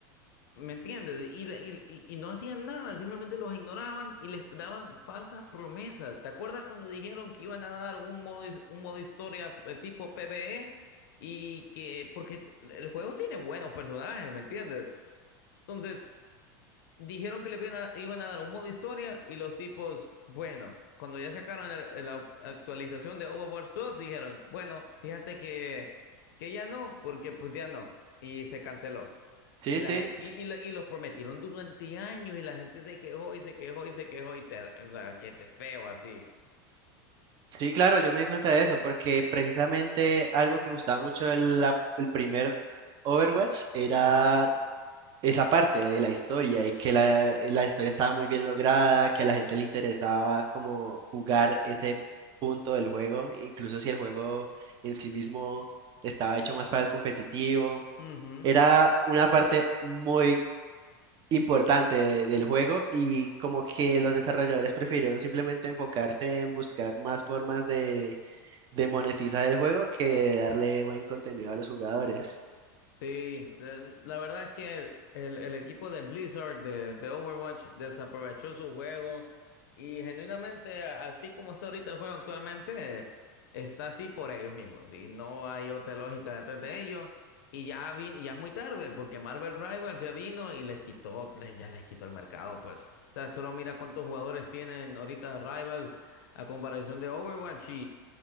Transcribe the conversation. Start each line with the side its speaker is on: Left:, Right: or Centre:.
Left: ¿me entiendes? Y, la- y- y- y no hacían nada, simplemente los ignoraban y les daban falsas promesas. ¿Te acuerdas cuando dijeron que iban a dar un modo, his- un modo historia eh, tipo PvE? Y que, porque el juego tiene buenos personajes, ¿me entiendes? Entonces, dijeron que le iban a, iban a dar un modo historia y los tipos, bueno, cuando ya sacaron el- el- la actualización de Overwatch 2, dijeron, bueno, fíjate que, que ya no, porque pues ya no, y se canceló.
Right: Sí,
Left: Y, la,
Right: sí,
Left: y, y
Right: s-
Left: la- y los prometieron durante años y la gente se quejó y se quejó y se quejó y te, o sea, que te feo así.
Right: sí, claro, yo me di cuenta de eso, porque precisamente algo que gustaba mucho del la- el primer Overwatch era esa parte de la historia y que la, la historia estaba muy bien lograda, que a la gente le interesaba como jugar ese punto del juego, incluso si el juego en sí mismo estaba hecho más para el competitivo,
Left: Ujú.
Right: era una parte muy importante de- del juego y como que los desarrolladores prefirieron simplemente enfocarse en buscar más formas de, de monetizar el juego que de darle buen contenido a los jugadores.
Left: Sí, de- la verdad es que el, el- el equipo de Blizzard de, de Overwatch desaprovechó su juego y genuinamente, a- así como está ahorita el juego actualmente, eh, está así por ellos mismos y no hay otra lógica detrás de ellos. Y ya, vi- ya es muy tarde porque Marvel Rivals ya vino y les quitó, les- ya les quitó el mercado, pues. O sea, solo mira cuántos jugadores tienen ahorita Rivals a comparación de Overwatch